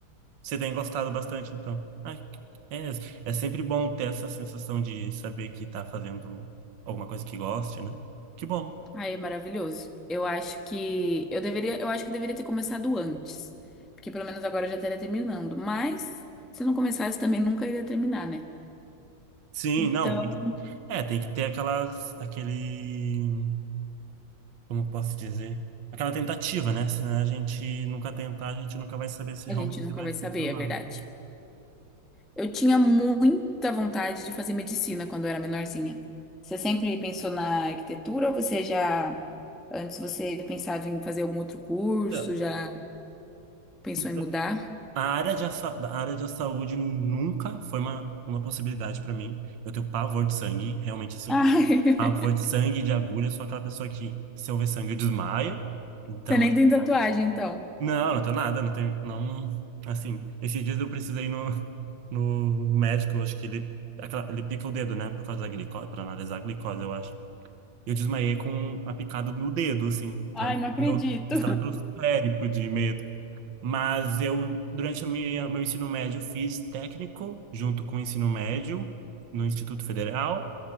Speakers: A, on the right; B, in the centre.
A: Você tem gostado bastante, então. Ai, que- é, é sempre bom ter essa sensação de saber que tá fazendo alguma coisa que goste, né? Que bom.
B: Aí é maravilhoso. Eu acho que eu deveria, eu acho que eu deveria ter começado antes, porque pelo menos agora eu já estaria terminando. Mas se não começasse também nunca iria terminar, né?
A: Sim,
B: Então,
A: não. tem que- é, tem que ter aquelas, aquele como eu posso dizer? Aquela tentativa, né? Se a gente nunca tentar, a gente nunca vai saber se
B: a
A: realmente
B: gente nunca
A: vai
B: vai
A: funcionar.
B: saber, é verdade. Eu tinha muita vontade de fazer medicina quando eu era menorzinha. Você sempre pensou na arquitetura ou você já, antes você pensava em fazer algum outro curso,
A: Então,
B: já pensou
A: então,
B: em mudar?
A: a área de, a, a área de saúde nunca foi uma, uma possibilidade para mim. Eu tenho pavor de sangue, realmente assim.
B: Ai,
A: Pavor
B: <laughs>
A: de sangue, de agulha, eu sou aquela pessoa que, se eu ver sangue, eu desmaio. Então,
B: você nem
A: assim,
B: tem tatuagem, então.
A: não, não tenho nada, não tenho, não, assim, esses dias eu precisei ir no, no médico, eu acho que ele, aquela- ele pica o dedo, né, por causa da glicose, para analisar a glicose, eu acho. Eu desmaiei com a picada no dedo, assim,
B: Ai,
A: que é um
B: não
A: nível
B: acredito.
A: estratosférico de medo. Mas eu, durante a minha, meu ensino médio, fiz técnico junto com o ensino médio no Instituto Federal.